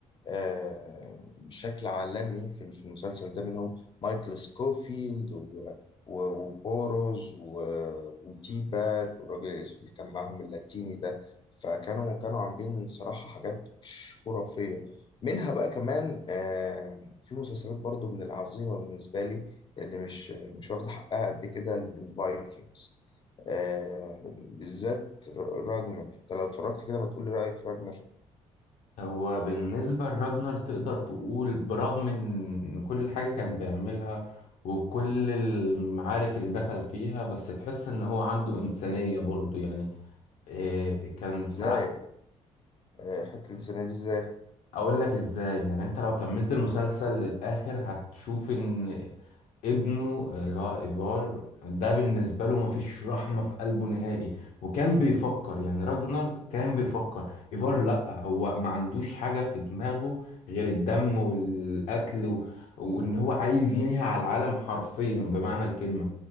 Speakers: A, on the left; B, on the left.
A: آه، بشكل عالمي في في المسلسل ده منهم مايكل سكوفيلد و- و- وبوروز و- وتي باك والراجل الأسود اللي كان معاهم اللاتيني ده فكانوا كانوا عاملين صراحة حاجات مش خرافية منها بقى كمان آه، في مسلسلات برضو من العظيمة بالنسبة لي اللي مش مش واخدة حقها قد كده الفايكنجز آه، بالذات راجنر انت لو اتفرجت كده ما تقولي رأيك في راجنر
B: هو بالنسبة لراجنر تقدر تقول برغم ان كل حاجة كان بيعملها وكل المعارك اللي دخل فيها بس تحس ان هو عنده إنسانية برضه يعني إيه كان ساعات
A: ازاي آه، حتة الإنسانية دي إزاي؟
B: اقول لك ازاي يعني انت لو كملت المسلسل للآخر هتشوف ان ابنه اللي هو ايفار ده بالنسبه له مفيش رحمه في قلبه نهائي وكان بيفكر يعني راجنر كان بيفكر ايفار لا هو ما عندوش حاجه في دماغه غير الدم والقتل و... وان هو عايز ينهي على العالم حرفيا بمعنى الكلمه